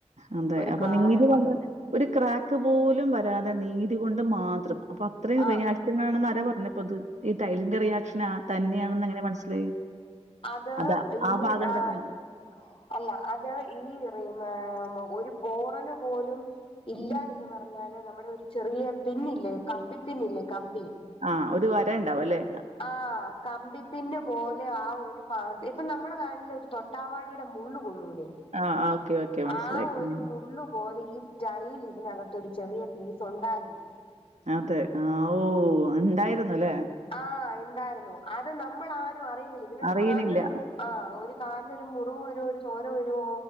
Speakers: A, on the right (about 85°); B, on the left (about 50°).
A: അതെ
B: ഒരു
A: അപ്പൊ
B: കാര
A: നീര്
B: പോലെ
A: വന്ന് ഒരു ക്രാക്ക് പോലും വരാതെ നീര് കൊണ്ട് മാത്രം അപ്പൊ അത്രയും
B: ആഹ്
A: റിയാ <unintelligible> ആണെന്ന് ആരേ പറഞ്ഞപ്പൊത് ഈ ടൈലിന്റെ റിയാക്ഷൻ ആഹ് തന്നെയാണെന്ന് എങ്ങനെ മനസ്സിലായി
B: അത്
A: അതാ
B: ഇത്
A: ആ ഭാഗം
B: ആഹ്
A: തന്നെയാണ്.
B: അല്ല അത് ഈ റിമേ ഒരു പോറല് പോലും ഇല്ല എന്ന് പറഞ്ഞാല് നമ്മടെ ഒരു ചെറിയ പിന്നില്ലേ കമ്പി പിന്നില്ലേ കമ്പി
A: ആഹ് ഒരു വര ഇണ്ടാവും അല്ലെ
B: ആഹ് കമ്പി പിന്ന് പോലെ ആഹ് ഒരു പ ഇപ്പം നമ്മടെ കാലിൽ ഒരു തൊട്ടാവാടിയുടെ മുള്ള് കൊള്ളൂലേ
A: ആ. ആ. ഓക്കെ, ഓക്കെ മനസ്സിലായി.
B: ആഹ് ഒരു
A: ഉം.
B: മുള്ളു പോലെ ഈ ടൈല് ഇതിനകത്ത് ഒരു ചെറിയ പീസ് ഒണ്ടായ്ര്ന്ന്
A: അതെ ആവോ ഒണ്ടായിരുന്നുല്ലേ
B: ആഹ് ഇണ്ടായിരുന്നു അത് നമ്മൾ ആരും അറിയുന്നില്ല ഇതിന് ഒരു
A: അറിയണില്ല.
B: കാൽനൊരു മു ആഹ് ഒരു കാലിലൊരു മുറിവ് വരുവോ ഒരു ചോര വരുവോ